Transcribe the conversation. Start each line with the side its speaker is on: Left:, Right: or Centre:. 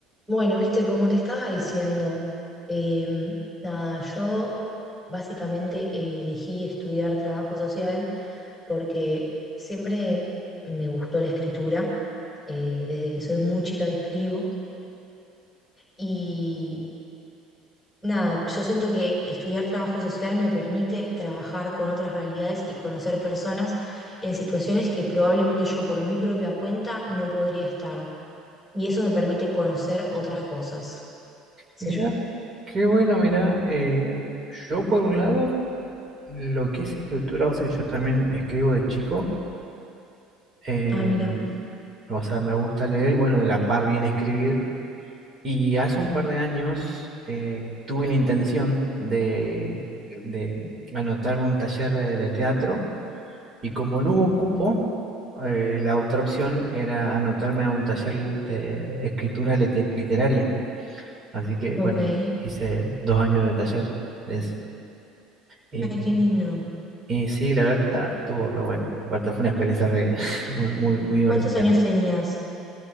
Centre: Bueno, viste, como te estaba diciendo, em, nada, yo básicamente elegí estudiar trabajo social porque siempre me gustó la escritura, eh, desde que soy muy chica que escribo, y nada, yo siento que estudiar trabajo social me permite trabajar con otras realidades y conocer personas en situaciones que probablemente yo por mi propia cuenta no podría estar, y eso me permite conocer otras cosas, qué
Right: Mira,
Centre: sé yo.
Right: qué bueno, mira, eh, yo por un lado, lo que es escritura, o sea, yo también escribo de chico, eh,
Centre: Ah, mira.
Right: o sea, me gusta leer, y bueno, de la par bien escribir, y hace un par de años eh, tuve la intención de, de anotarme a un taller eh, de teatro, y como no hubo cupo, eh, la otra opción era anotarme a un taller de escritura lite- literaria, así que
Centre: Ok.
Right: bueno,
Centre: Ay,
Right: hice dos años de taller de ese. Y,
Centre: qué lindo.
Right: y sí, la verdad que está, estuvo re bueno. Aparte fue una experiencia re- <laughs> muy, muy, muy divertida.
Centre: ¿Cuántos años tenías?